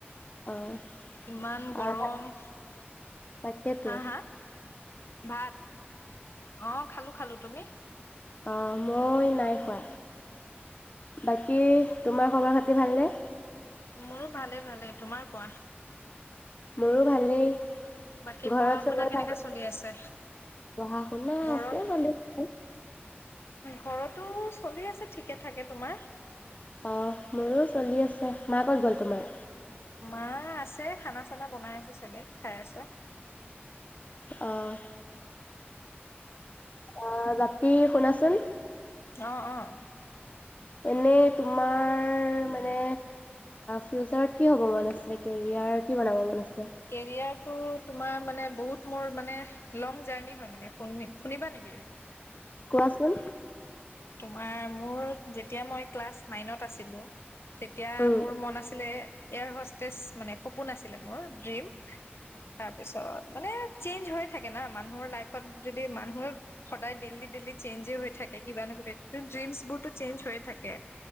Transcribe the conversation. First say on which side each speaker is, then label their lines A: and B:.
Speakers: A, on the left (about 35°); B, on the left (about 75°).
A: অ'
B: ইমান
A: ভালে
B: গৰম,
A: তাকেতো।
B: হা? হা? ভাত অ' খালোঁ খালোঁ তুমি?
A: অ মই, নাই খোৱা। বাকী, তোমাৰ খবৰ খাতি ভালনে?
B: মোৰো ভালে, ভালে, তোমাৰ কোৱা?
A: মোৰো ভালেই।
B: বাকী
A: ঘৰত
B: পঢ়া
A: চবৰে
B: শুনা কেনেকে
A: ভালে?
B: চলি আছে?
A: পঢ়া শুনা
B: ঘৰত,
A: আছে চলি আছে।
B: ঘৰতো চলি আছে ঠিকে থাকে। তোমাৰ?
A: অ'হ মোৰো চলি আছে। মা কত গ'ল তোমাৰ?
B: মা আছে। খানা চানা বনাই আছে চাগে, খাই আছে।
A: আহ আহ কি শুনাচোন?
B: আহ অ
A: এনে তোমাৰ মানে ফিউচাৰত কি হ'ব মন আছিলে? কেৰিয়াৰ কি বনাব মন আছিলে?
B: কেৰিয়াৰ তোমাৰ মানে বহুত মোৰ মানে লং জাৰ্ণি হয় মানে শু শুনিবা নেকি?
A: কোৱাচোন?
B: তোমাৰ মোৰ যেতিয়া মই ক্লাছ নাইনত আছিলো, তেতিয়া
A: উম।
B: মোৰ মন আছিলে। এয়াৰ হষ্টেচ, মানে সপোন আছিলে মোৰ ড্ৰিম, তাৰপিছত মানে চেঞ্জ হৈয়ে থাকে না মানুহৰ লাইফত যদি মানুহে সদায় ডেইলি ডেইলি চেঞ্জে হৈ থাকে কিবা ন কিবা ড্ৰীমচ বোৰটো চেঞ্জ হৈ থাকে